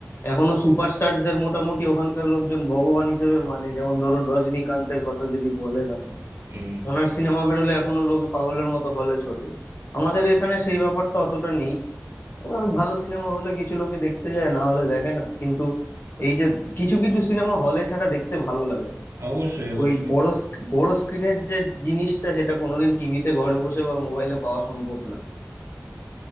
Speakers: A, on the left; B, on the right.
A: এখনো সুপারস্টারদের মোটামুটি ওখানকার লোকজন ভগবান হিসেবে মানে যেমন ধরুন রজনীকান্তের কথা যদি বলেন আপনি
B: হম
A: ওনার সিনেমা বেরোলে এখনো লোকে পাগলের মতো হলে ছোটে আমাদের এখানে সেই ব্যাপারটা অতটা নেই আহ, ভালো সিনেমা হলে কিছু লোকে দেখতে যায় না হলে দেখে না কিন্তু এই যে কিছু কিছু সিনেমা হলে ছাড়া দেখতে ভালো লাগে না।
B: অবশ্যই অবশ্যই
A: ওই বড় স্ক- বড় স্ক্রিনের যে জিনিসটা সেটা কোনোদিন টিভিতে ঘরে বসে বা মোবাইলে পাওয়া সম্ভব না